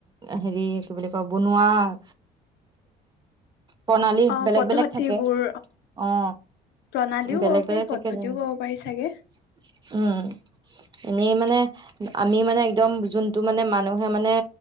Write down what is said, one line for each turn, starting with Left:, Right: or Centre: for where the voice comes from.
Right: হেৰি কি বুলি কয় বনোৱা এ প্ৰণালী
Left: অ
Right: বেলেগ-বেলেগ
Left: পদ্ধতিবোৰ
Right: থাকে, অ
Left: প্ৰণালীও
Right: বেলেগ-বেলেগ
Left: ক'ব পাৰি পদ্ধতিও
Right: থাকে যেনেকুৱা
Left: ক'ব পাৰি চাগে
Right: উম মানে, আমি মানে একদম জোনটো মানে মানুহে মানে